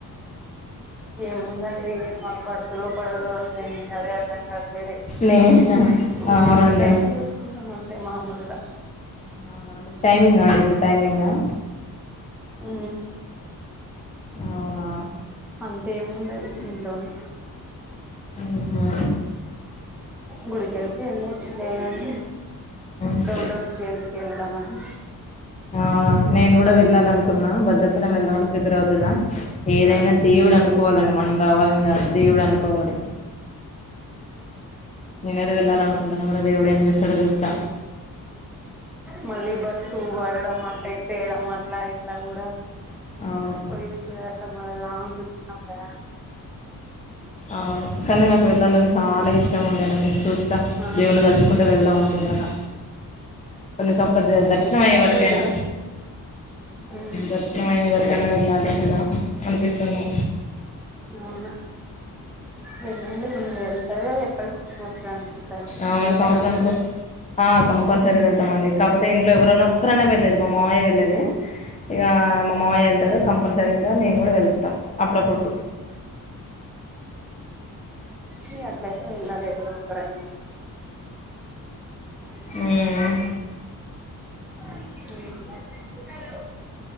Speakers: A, in the centre; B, on the left.
A: ఏముందండి మాకు పడుతదో పడదో అసలిది అదే అర్థం కాట్లేదే
B: నే
A: పూజైతే
B: అవునండి
A: ఇంట్లోనే వేసుకుంటాం అంటే మా ముందుగా
B: అవునా మీకు టైమింగా అండి ఇప్పుడు టైమింగా
A: ఆ
B: అవునా
A: అంతేముండదు ఇంట్లోనే
B: ఉహూ
A: గుడికెళ్తే ఎల్లోచే లేగాని
B: ఊ
A: దొడ్డొచ్చె ఎండుకు ఎల్లడమని
B: అవునా నేను కూడా వెళ్ళాలనుకున్నా భద్రాచలం వెళ్దామని ప్రిపేర్ అవుతున్నా ఏదైనా దేవుడు అనుకోవాలండి మనం రావాలని కాదు దేవుడు అనుకోవాలి నేను ఏదో వెళ్ళాలనుకుంటాన కూడా దేవుడు ఏం చేస్తాడో చూస్తా
A: మళ్ళీ బస్సు పడడం అంటే ఎత్తేయడం అట్లా ఇట్లా కూడా
B: అవును
A: పోయొచ్చేదాకా మల్ల లాంగ్ దూరంగదా
B: అవును కానీ నాకు వెళ్ళాలని చాలా ఇష్టం ఉండేనండి చూస్తా
A: ఆ
B: దేవుని తలుసుకుంట వెళ్దాం అను కుంటాన్నా కొన్ని సక్క
A: సర్లే
B: దర్శనం అయ్యేవరకైనా
A: పడితే వెళ్ళండి అవును
B: దర్శనం అయ్యేవరకైనా వెళ్ళాలి కదా అనిపిస్తున్నా
A: అవునా వెళ్ళండి మీరు వెళ్తరు కదా ఎప్పటికి ఒకసారి
B: అవును
A: వెళ్తారా
B: సంవత్సరానికో
A: మీరు
B: ఆ కంపల్సరీ వెళ్తామండి కాపోతే ఇంట్లో ఎవరైన్నా ఒక్కరన్నా వెళ్లేది మా మావయ్య వెళ్లేది ఇగ మా మావయ్య వెళ్తాడు కంపల్సరీగా మేము కూడా వెళ్తాం అప్పుడప్పుడు
A: మీ అట్లయితే వెళ్ళాలి ఎవరో ఒక్కరైనా
B: ఉమ్
A: <unintelligible>